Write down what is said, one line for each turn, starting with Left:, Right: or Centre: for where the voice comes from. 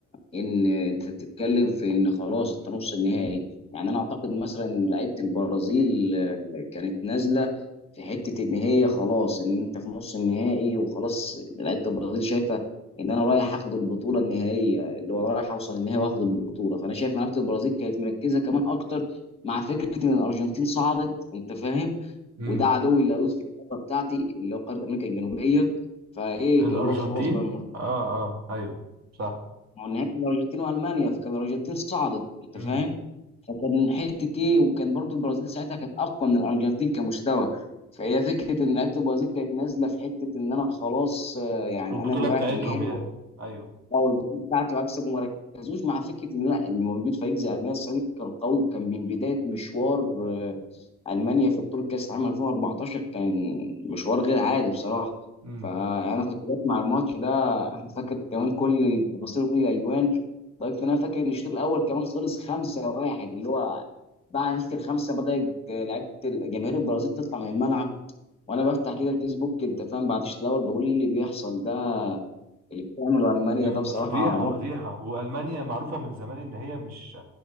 Left: ان انت بتتكلم في ان خلاص انت نص النهائي يعني انا اعتقد مثلا ان لعيبه البرازيل آه، كانت نازله في حته ان هي خلاص ان انت في نص النهائي وخلاص لعيبه البرازيل شايفه ان انا رايح اخد البطوله النهائيه اللي هو رايح اوصل النهائي واخد البطوله فانا شايف ان لعيبه البرازيل كانت مركزه كمان اكتر مع فكره ان الارجنتين صعدت انت فاهم
Right: امم
Left: وده عدوي اللدود في القاره بتاعتي اللي هو قاره امريكا الجنوبيه فايه
Right: الارجنتين
Left: اللي هو خلاص بقى
Right: اه اه ايوه صح
Left: ما هو النهائي كان الارجنتين والمانيا فكان الارجنتين صعدت انت
Right: امم
Left: فاهم فكان حته ايه وكان برضو البرازيل ساعتها كانت اقوى من الارجنتين كمستوى فهي فكره ان لعيبه البرازيل كانت نازله في حته ان انا خلاص آه، يعني
Right: البطوله
Left: انا
Right: بتاعتهم
Left: رايح النهائي
Right: يعني ايوه
Left: لا والبطوله بتاعتي واكسب وما ركزوش مع فكره ان لا ان موجود فريق زي المانيا السنه دي كان قوي كان من بدايه مشوار آه، المانيا في بطوله كاس العالم 2014 كان مشوار غير عادي بصراحه
Right: امم
Left: فانا كنت بسمع الماتش ده أنا فاكر كمان كل التفاصيل وكل الاجوان طيب انا فاكر ان الشوط الاول كمان خلص 5-1 اللي هو بعد نتيجه الخمسه بدات لعيبه جماهير البرازيل تطلع من الملعب وانا بفتح كده الفيسبوك انت فاهم بعد الشوط الاول بقول ايه اللي بيحصل ده اللي بتعمله المانيا
Right: يف-
Left: ده بصراحه
Right: فضيحة فضيحة وألمانيا معروفة من زمان إن هي مش